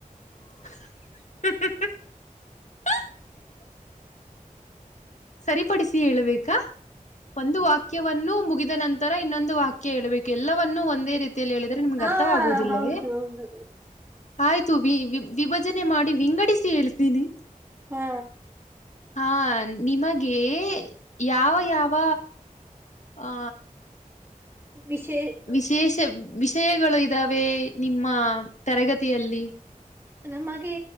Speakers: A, on the left; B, on the right.
A: <inaudible> ಸರಿಪಡಿಸಿ ಹೇಳಬೇಕಾ ಒಂದು ವಾಕ್ಯವನ್ನು ಮು ಒಂದು ನಂತರ ಇನ್ನೊಂದು ವಾಕ್ಯ ಹೇಳಳ್ಬೇಕು ಎಲ್ಲವನ್ನ ಒಂದೇ ರೀತಿ ಹೇಳಿದ್ರೆ ನಿಮ್ಗೆ
B: ಹಾ
A: ಅರ್ಥವಾಗುವುದಿಲ್ಲವೇ
B: ಹೌದು ಹೌದು
A: ಆಯ್ತು ವಿ- ವಿ -ವಿಭಜನೆ ಮಾಡಿ ವಿಂಗಡಿಸಿ ಹೇಳ್ತೀನಿ
B: ಹಾ
A: ಹಾ ನಿಮಗೆ ಯಾವ -ಯಾವ ಆ
B: ವಿಶೇ
A: ವಿಶೇಷ
B: ವಿಶ
A: ವಿಷಯಗಳು ಇದ್ದಾವೆ ನಿಮ್ಮ ಮ್ಮ ತರಗತಿಯಲ್ಲಿ
B: ನಮಗೆ